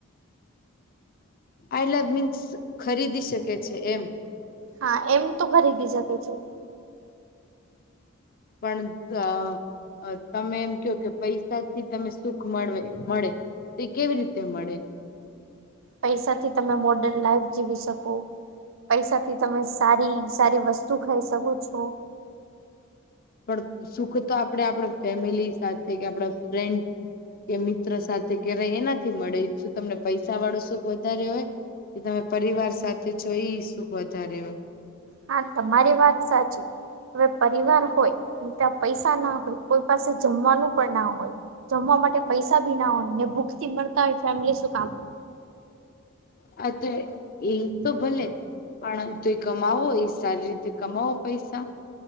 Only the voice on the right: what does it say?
હા એમ તો ખરીદી શકે છે.
પૈસાથી તમે મોડ જીવી શકો. પૈસાથી તમે સારી સારી વસ્તુ ખાઈ શકો છો.
હા, તમારી વાત સાચી. હવે, પરિવાર હોય એ ત્યાં પૈસા ના હોય. કોઈ પાસે જમવાનું પણ ના હોય. જમવા માટે પૈસા ભી ના હોય ને ભૂખથી મળતા હોય ફેમિલી શું કામની.